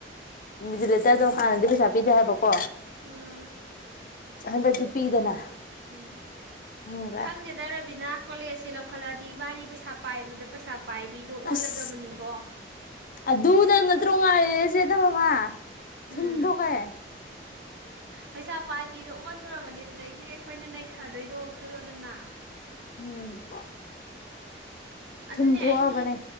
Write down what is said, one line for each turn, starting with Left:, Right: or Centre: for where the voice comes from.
Left: ꯏꯟꯕꯤꯖꯤꯂꯦꯇꯔꯗꯣ ꯍꯥꯟꯅꯗꯤ ꯄꯩꯁꯥ ꯄꯤꯗꯦ ꯍꯥꯏꯕꯀꯣ
Right: ꯎꯝ
Left: ꯍꯟꯗꯛꯇꯤ ꯄꯤꯗꯅ
Right: ꯎꯝ
Left: ꯈꯪꯕ꯭ꯔꯥ
Right: ꯈꯪꯗꯦꯗ ꯔꯥꯕꯤꯅꯥ ꯀꯣꯂꯦꯖꯁꯦ ꯂꯧꯈꯠꯂꯛꯑꯗꯤ ꯏꯕꯥꯅꯤ ꯄꯩꯁꯥ ꯄꯥꯏꯕꯗ ꯄꯩꯁꯥ ꯄꯥꯏꯕꯤꯗꯣ ꯑꯣꯜꯂꯗꯕꯅꯤꯀꯣ
Left: ꯑꯁ ꯑꯨꯗꯅꯠꯇ꯭ꯔꯣ ꯉꯥꯏꯔꯤꯁꯦ ꯏꯗꯃꯃ <unintelligible>
Right: ꯎꯝ
Left: ꯊꯨꯟꯊꯣꯛ ꯀꯩ
Right: ꯄꯩꯁꯥ ꯄꯥꯏꯕꯤꯗꯣ ꯑꯣꯟꯗꯣꯔꯕꯅꯦ ꯑꯗꯨꯗꯩꯗꯤ ꯑꯩꯈꯣꯏꯅ ꯅꯩꯊꯗꯣꯏꯗꯣ ꯈꯜꯂꯣꯗꯅ
Left: ꯎꯝ
Right: ꯑꯗꯨꯅꯦ
Left: ꯊꯨꯝꯊꯣꯛꯑꯕꯅꯦ
Right: ꯑꯩꯗꯤ